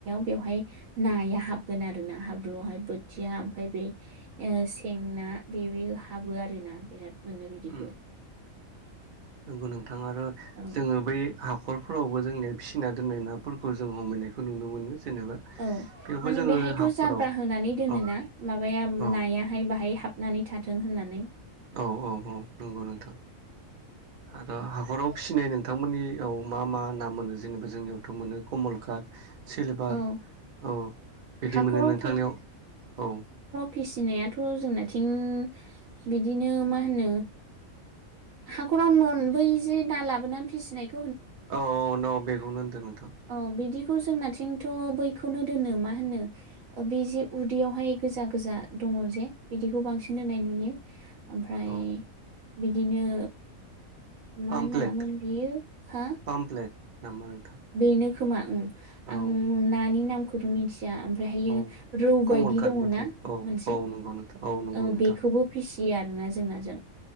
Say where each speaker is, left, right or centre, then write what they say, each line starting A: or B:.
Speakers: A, on the right; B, on the right.
A: बेवहाय नाया हाबगोन आरोना हाब्रुआवहाय बोथिया ओमफाय बे से। ना बे बे हाबो आरोना बिराद मोनो बिदिखौ।
B: उम नंगौ नोंथां आरो
A: औ
B: जोङो बै। हाखरफोरावबो जोंनिया फिसिना दोननाय नाफोरखौ जों हमैनायखौ नुनो मोनो। जेनेबा
A: औ
B: बेयावबो
A: माने
B: जोङो
A: बेहायथ'
B: हाखराव
A: जामब्रा होनानै दोनोना
B: औ
A: माबाया
B: औ
A: नायाहाय बाहाय हाब। नानै थाथों होननानै।
B: औ औ औ नंगौ नोंथां आर' हाखराव। फिसिनाय नोंथांमोननियाव मा मा ना मोनो जेनेबा जोंनियावथ' मोनो कमलकाट। सिलभार
A: औ
B: औ बिदि
A: हाखराव
B: मोनो नोंथांनियाव
A: फि
B: औ।
A: फिसिनायाथ' जोंनाथिं बिदिनो मा होनो। हाखराव नन ब जै दा लाबोनानै फिसिनायखौय।
B: औ औ न' बेखौनो होनदों। नोंथां
A: औ बिदि जोंनाथिंथ' बैखौनो दोनो मा होनो ओ बे जे उदैयावहाय गोजा गोजा दङ जे बिदिखौ बांसिन होनाय नुयो ओमफ्राय
B: औ
A: बिदिनो
B: पामप्लेट
A: मा ना मोन बियो हा?
B: पामप्लेट नामा नोंथां।
A: बेनो खोमा उम
B: औ
A: आं नानि नामखौथ' मिथि या ओमफ्रायहायो
B: औ
A: रौ
B: कमल
A: बायदि
B: कातबथाय
A: दङ ना
B: औ
A: मोनसे
B: औ नंगौ नोंथां औ नंगौ
A: ओ
B: नोंथां
A: बेखौबो फिसि यो आरोना जोंनाजों